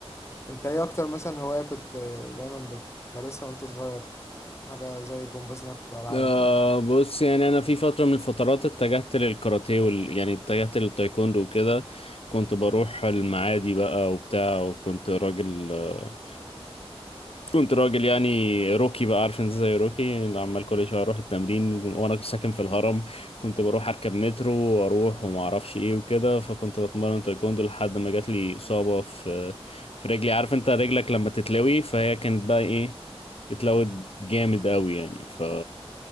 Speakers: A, on the left; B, on the left.
A: انت ايه اكتر مثلا هوايه كنت آه، دايما بتمارسها وانت صغير حاجه زي الجمباز اللي انا كنت بلعبها
B: آه
A: كده مثلا
B: بص يعني انا في فتره من الفترات اتجهت للكاراتيه وال... يعني اتجهت للتايكوندو وكده كنت بروح المعادي بقى وبتاع وكنت راجل آه كنت راجل يعني روكي بقى عارف انت زي روكي اللي عمال كل شويه اروح التمرين وانا ساكن في الهرم كنت بروح اركب مترو واروح وما اعرفش ايه وكده فكنت بتمرن تايكوندو لحد ما جات لي اصابه في في رجلي عارف انت رجلك لما تتلوي فهي كانت بقى ايه اتلوت جامد قوي يعني ف